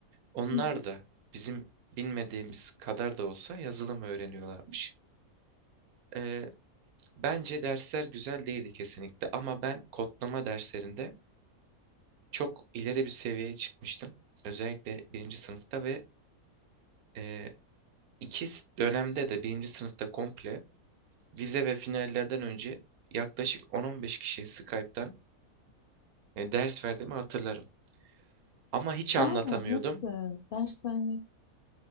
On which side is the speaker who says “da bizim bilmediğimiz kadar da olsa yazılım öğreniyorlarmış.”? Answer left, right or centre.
Right